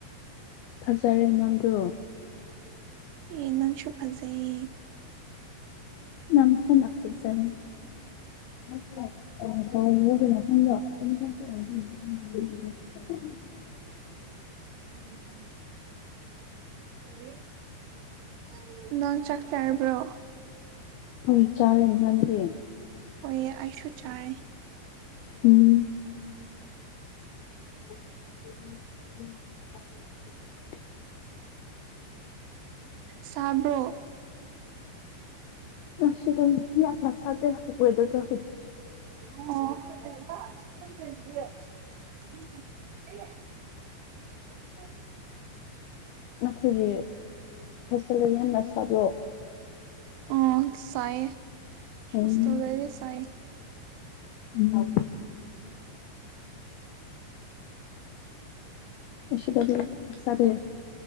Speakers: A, on the left (about 85°); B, on the right (about 85°).
A: ꯐꯖꯔꯦ ꯅꯪꯗꯨ
B: ꯑꯦ ꯅꯪꯁꯨꯨ ꯐꯖꯩ
A: ꯅꯪ ꯍꯦꯟꯅ ꯐꯖꯩ <unintelligible> <unintelligible>
B: <unintelligible> ꯅꯪ ꯆꯥꯛ ꯆꯥꯔꯕ꯭ꯔꯣ
A: ꯍꯣꯏ ꯆꯥꯔꯦ ꯅꯪꯗꯤ
B: ꯍꯣꯏ ꯑꯩꯁꯨ ꯆꯥꯔꯦ
A: ꯎꯝ <unintelligible>
B: ꯁꯥꯕ꯭ꯔꯣ
A: ꯉꯁꯤꯗꯣ ꯌꯥꯝꯅ ꯁꯥꯗꯦ ꯋꯦꯗꯔꯗꯣ ꯍꯨ
B: <unintelligible> <unintelligible>
A: ꯅꯈꯣꯏꯒꯤ ꯍꯣꯁꯇꯦꯜꯗ ꯌꯥꯝꯅ ꯁꯥꯕ꯭ꯔꯣ
B: ꯑꯥ ꯁꯥꯌꯦ ꯍꯦꯁꯇꯦꯜꯗꯗꯤ
A: ꯎꯝ
B: ꯁꯥꯏ
A: ꯎꯝ ꯃꯁꯤꯗꯗꯤ ꯅꯠꯆꯗꯦ